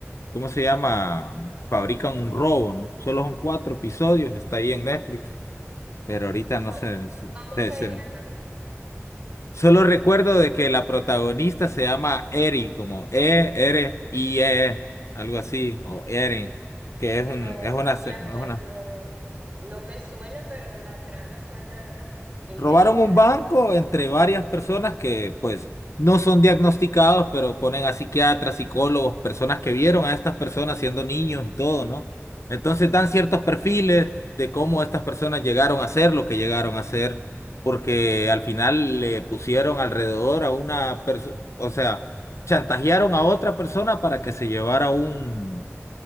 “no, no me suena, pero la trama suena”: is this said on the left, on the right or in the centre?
Right